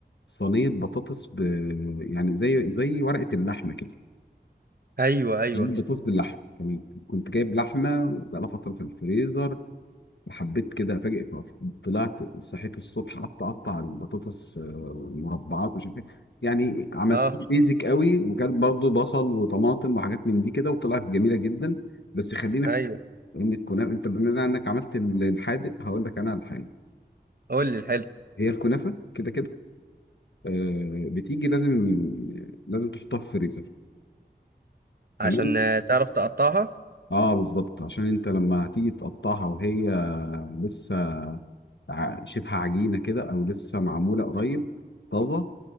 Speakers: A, on the left; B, on the right.
A: صينيه بطاطس ب... يعني زي زي ورقه اللحمه كده
B: ايوه ايوه
A: صينية بطاطس باللحمه كمان كنت جايب لحمه وبقالها فتره في الفريزر حبيت كده افاجئك أهو. طلعت صحيت الصبح قعدت اقطع البطاطس آه، المربعات ومش عارف ايه يعني عملت
B: اه
A: بيزك قوي وكان برضو بصل وطماطم وحاجات من دي كده وطلعت جميله جدا بس خلينا
B: ايوه
A: في ان الكنافه انت بما انك عملت الحادق هقول لك انا على الحاجه
B: قول لي الحلو
A: هي الكنافه كده كده آه، بتيجي لازم لازم تحطها في الفريزر
B: عشان
A: تمام
B: آه، تعرف تقطعها
A: اه بالظبط عشان انت لما هتيجي تقطعها وهي لسه ع- شبه عجينه كده او لسه معموله قريب طازه